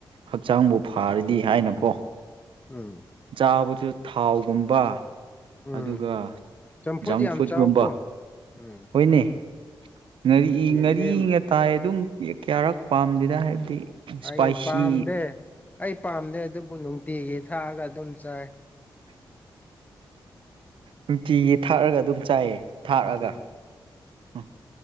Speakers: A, on the right; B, on the left.
A: ꯍꯛꯆꯥꯡꯕꯨ ꯐꯔꯗꯤ
B: ꯎꯝ
A: ꯍꯥꯏꯅꯀꯣ꯫
B: ꯎꯝ
A: ꯆꯥꯕꯗꯨ ꯊꯥꯎꯒꯨꯝꯕ
B: ꯎꯝ
A: ꯑꯗꯨꯒ
B: ꯆꯝꯐꯨꯠ
A: ꯖꯪ
B: ꯌꯥꯝ
A: ꯐꯨꯗꯀꯨꯝꯕ
B: ꯆꯥꯎꯀꯣ ꯎꯝ
A: ꯍꯣꯏꯅꯦ ꯉꯥꯔꯤ
B: ꯌꯦꯟꯗꯦꯝ
A: ꯉꯥꯔꯤ ꯉꯇꯥꯏ ꯑꯗꯨꯝ ꯀꯌꯥꯔꯛ ꯄꯥꯝꯗꯦꯗ ꯍꯥꯏꯕꯗꯤ ꯏꯁꯄꯥꯏꯁꯤ
B: ꯑꯩ ꯄꯥꯝꯗꯦ ꯑꯩ ꯄꯥꯝꯗꯦ ꯑꯗꯨꯕꯨ ꯅꯨꯡꯇꯤꯒꯤ ꯊꯥꯛꯑꯒ ꯑꯗꯨꯝ ꯆꯥꯏ꯫
A: ꯅꯨꯡꯇꯤꯒꯤ ꯊꯥꯛꯑꯒ ꯑꯗꯨꯝ ꯆꯥꯏꯌꯦ꯫ ꯊꯥꯛꯔꯒ
B: ꯎꯝ
A: ꯎꯝ